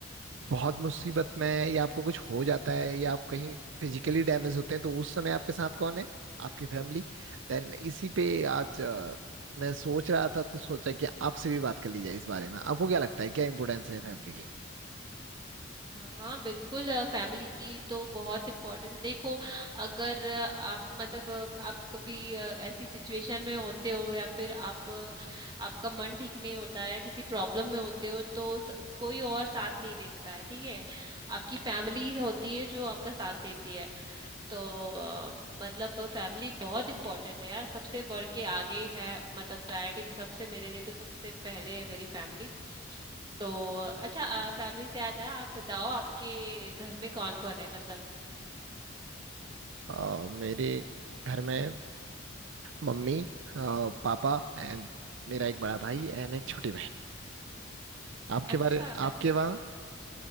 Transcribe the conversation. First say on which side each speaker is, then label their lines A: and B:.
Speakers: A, on the right; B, on the right.
A: बहुत मुसीबत में हैं या आपको कुछ हो जाता है या आप कहीं फिजिकली डैमेज होते हैं तो उस समय आपके साथ कौन है आपकी फैमिली देन इसी पे आज अ, मैं सोच रहा था तो सोचा कि आपसे भी बात कर ली जाए इस बारे में आपको क्या लगता है क्या इम्पोर्टेंस है फैमिली की
B: हाँ हाँ बिल्कुल फैमिली की तो बहुत इम्पोर्टेंस है देखो अगर अ, आप मतलब अ, आप कभी अ, ऐसी सिचुएशन में होते हो या फिर आप अ, आपका मन ठीक नहीं होता है या किसी प्रॉब्लम में होते हो तो स, कोई और साथ नहीं देता है ठीक है आपकी फैमिली होती है जो आपका साथ देती है तो अ, मतलब फैमिली बहुत इंपॉर्टेंट है यार सबसे बढ़ के आगे है मतलब प्रायोरिटी में सबसे मेरे लिए तो सबसे पहले है मेरी फैमिली तो अच्छा फैमिली से याद है आप बताओ आपके घर में कौन कौन है मतलब
A: अ, मेरे घर में मम्मी अ, पापा एंड मेरा एक बड़ा भाई एंड एक छोटी बहन आपके
B: अच्छा
A: बारे
B: अ-
A: आपके वहाँ